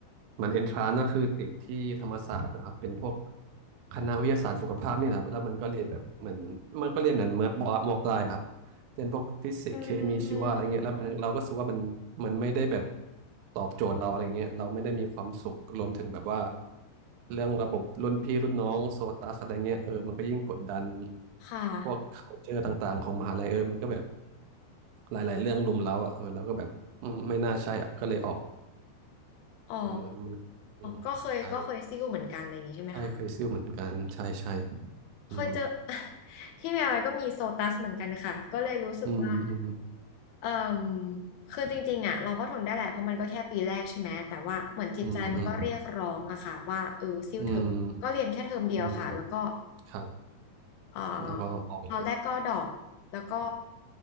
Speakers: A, on the right; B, on the left.
A: มันเอนทรานก็คือติดที่ธรรมศาสตร์นะครับเป็นพวกคณะวิทยาศาสตร์สุขภาพนี่แหละครับแล้วมันก็เรียนแบบเหมือนมันก็เรียนเหมือนเมื่อปมปลายครับเรียนพวกฟิสิกส์เคมีชีวะอะไรเงี้ยแล้วมันเราก็รู้สึกว่ามันมันไม่ได้แบบ
B: อืมอืมอืม
A: ตอบโจทย์เราอะไรเงี้ยเราไม่ได้มีความสุขรวมถึงแบบว่าเรื่องระบบรุ่นพี่รุ่นน้องโซตัสอะไรเงี้ยเออมันก็ยิ่งกดดัน
B: ค่ะ
A: พวก culture ต่างๆของมหาลัยเออมันก็แบบหลายๆเรื่องรุมเร้าอ่ะเออเราก็แบบอืมไม่น่าใช่อ่ะก็เลยออก
B: อ๋อ
A: เออมันอืมใช่
B: ก็เคยก็เคยซิ่วเหมือนกันอะไรอย่างงี้ใช่ไหมคะ
A: ใช่เคยซิ่วเหมือนกันใช่ใช่
B: เคยเจอ
A: อืม
B: <laughs> ที่เมียไว้ก็มีโซตัสเหมือนกันค่ะ ก็เลยรู้สึกว่า
A: อืมอืม
B: เอ่มคือจริงๆอ่ะเราก็ทนได้แหละเพราะมันก็แค่ปีแรกใช่ไหม แต่ว่าเหมือนจิตใจมันก็เรียกร้องอะค่ะว่าเออซิ่วเถอะก็เรียนแค่เทอมเดียวค่ะแล้วก็
A: อืมอืมอืมอืมอืมครับ
B: เอ่อ
A: แล้วก็ออกไปเลย
B: ตอนแรกก็ดรอปแล้วก็